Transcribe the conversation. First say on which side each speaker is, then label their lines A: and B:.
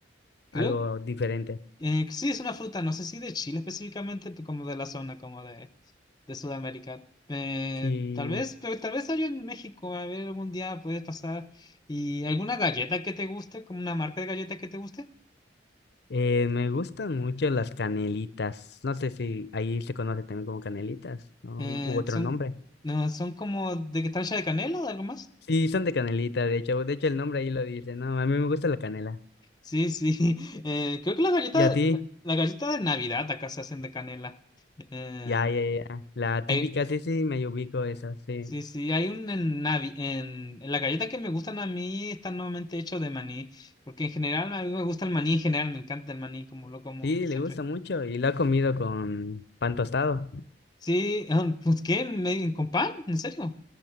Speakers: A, on the left (about 20°); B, on the left (about 60°).
A: creo
B: algo diferente.
A: eh, que sí es una fruta, no sé si de Chile específicamente, pero como de la zona, como de, de Sudamérica. Eh,
B: Sí,
A: tal vez, pero tal vez hay en México, a ver, algún día puedes pasar. ¿Y alguna galleta que te guste, como una marca de galleta que te guste?
B: eh, me gustan mucho las canelitas. No sé si ahí se conoce también como canelitas, ¿no?
A: Eh,
B: U otro
A: son,
B: nombre.
A: no, son como de que están hechas de canela o de algo más.
B: Sí, son de canelita, de hecho. De hecho, el nombre ahí lo dice. No, a mí me gusta la canela.
A: Sí, sí. <laughs> Eh, creo que la galleta,
B: ¿Y a ti?
A: la, la galleta de Navidad acá se hacen de canela. Eh,
B: Ya, ya, ya. La
A: hay-
B: típica, sí, sí, me ubico esa, sí.
A: sí, sí, hay un en, Navi- en, en la galleta que me gustan a mí están nuevamente hechos de maní, porque en general a mí me gusta el maní en general, me encanta el maní como lo como
B: Sí,
A: siempre.
B: le gusta mucho y lo ha comido con pan tostado.
A: Sí, <laughs> ah, pues ¿qué? ¿Me- ¿Con pan? ¿En serio?